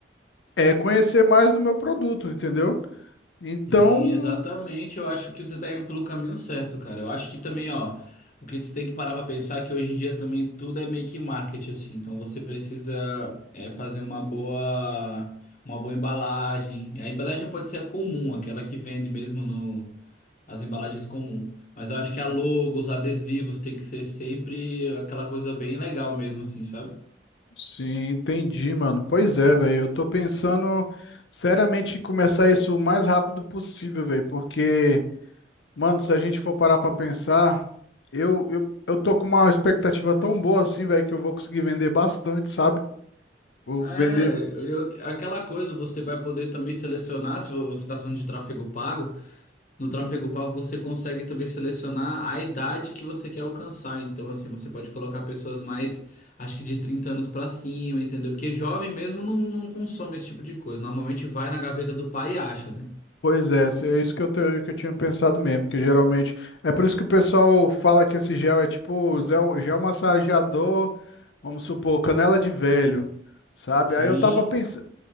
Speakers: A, on the left; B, on the left.
A: é, conhecer mais do meu produto, entendeu? Então,
B: Sim, exatamente. Eu acho que você está indo pelo caminho certo, cara. Eu acho que também, ó, o que você tem que parar para pensar é que hoje em dia também tudo é meio que marketing, assim. Então você precisa é, fazer uma boa, uma boa embalagem. A embalagem pode ser a comum, aquela que vende mesmo no, as embalagens comum. Mas eu acho
A: Uhum.
B: que a logo, os adesivos tem que ser sempre aquela coisa bem legal mesmo, assim, sabe?
A: Sim, entendi, mano. Pois é, velho. Eu tô pensando seriamente em começar isso o mais rápido possível, velho. Porque, mano, se a gente for parar pra pensar, eu, eu, eu tô com uma expectativa tão boa assim, velho, que eu vou conseguir vender bastante, sabe? Vou
B: É,
A: vender.
B: eu- aquela coisa você vai poder também selecionar, se você está falando de tráfego pago. No
A: Uhum.
B: tráfego pago, você consegue também selecionar a idade que você quer alcançar. Então, assim, você pode colocar pessoas mais, acho que de 30 anos pra cima, entendeu? Porque jovem mesmo não, não consome esse tipo de coisa. Normalmente vai na gaveta do pai e acha, né?
A: Pois é, é isso que eu, te- que eu tinha pensado mesmo, que geralmente. É por isso que o pessoal fala que esse gel é tipo gel, gel massageador, vamos supor, canela de velho, sabe?
B: Sim.
A: Aí eu tava pensando,